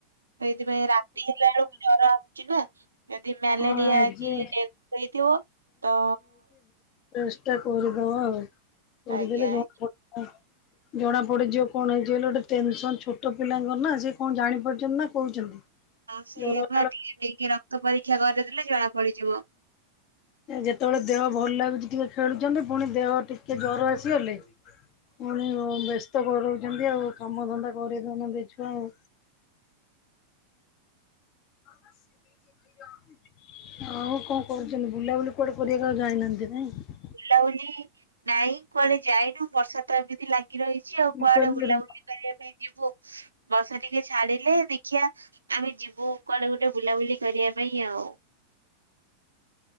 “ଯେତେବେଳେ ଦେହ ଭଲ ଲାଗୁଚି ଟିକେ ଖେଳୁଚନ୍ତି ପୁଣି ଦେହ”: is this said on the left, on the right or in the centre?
Left